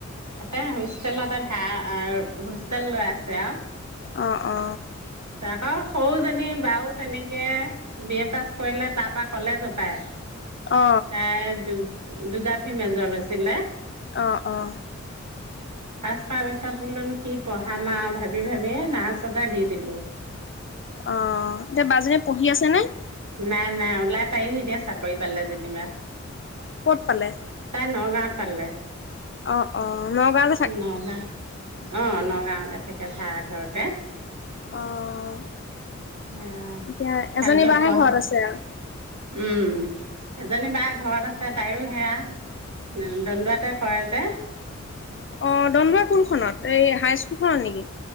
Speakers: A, on the right; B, on the left.
A: তাতে হোষ্টেলতে ভাৰা হোষ্টেল লৈ আছে আৰু
B: অ অ
A: অ সৰুজনী বাাৰু তেনেকে বি এ পাছ কৰিলে তাৰ পৰা কলেজো পায়
B: অ
A: তাই য যোগাৰ ফি মেজৰ লৈছিলে
B: আহ আহ।
A: পাছ কৰ পিছত বোলোনো কি পঢ়াম আৰু ভাবি ভাবিয়ে, নাৰ্চতে দি দিলো।
B: অ এতিয়া বা জনী পঢ়ি আছে নে?
A: নাই, নাই ওলাই তাইও এতিয়া চাকৰি পালে যেনিবা।
B: ক'ত পালে?
A: নগাওঁত পালে।
B: অ', অ', নগাওঁ
A: নগাঁও। অ', নগাঁৱতে থাকে ভাড়া ঘৰতে।
B: অ',
A: এ
B: এতিয়া
A: ভালকে
B: এজনী বাহে
A: পঢ়া
B: ঘৰত আছে আৰু।
A: উম, এজনী বা ঘৰত আছে তাইও সেয়া দণ্ডুৱাতে কৰে যে।
B: অ', দন্দুৱা কোনখনত? এই হাই স্কুলখনত নেকি?